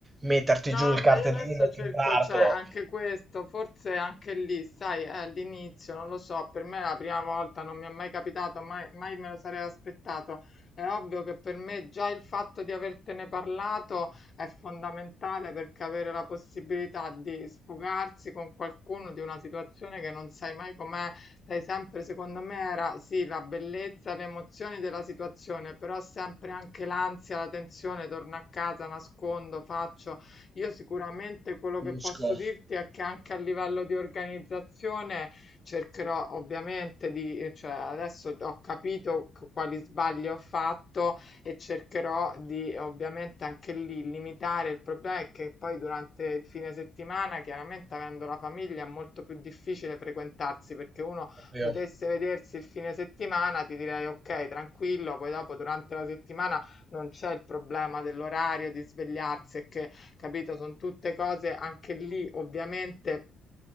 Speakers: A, on the right; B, on the left.
A: metterti
B: No,
A: giù il
B: ma
A: cartellino
B: io adesso
A: e
B: cerco,
A: timbrartelo.
B: cioè, anche questo, forse anche lì, sai, è all'inizio, non lo so, per me è la prima volta, non mi è mai capitato, mai, mai me lo sarei aspettato. È ovvio che per me già il fatto di avertene parlato è fondamentale perché avere la possibilità di sfogarsi con qualcuno di una situazione che non sai mai com'è, sai sempre, secondo me, era sì, la bellezza, le emozioni della situazione, però sempre anche l'ansia, la tensione, torno a casa, nascondo, faccio io sicuramente quello
A: Capisco,
B: che posso dirti è che anche a livello di organizzazione cercherò ovviamente di, eh, cioè adesso ho capito c- quali sbagli ho fatto e cercherò di ovviamente anche lì limitare. Il problema è che poi durante il fine settimana, chiaramente avendo la famiglia, è molto più difficile frequentarsi perché uno
A: ovvio.
B: potesse vedersi il fine settimana, ti direi ok, tranquillo, poi dopo durante la settimana non c'è il problema dell'orario, di svegliarsi e che capito? Sono tutte cose anche lì, ovviamente.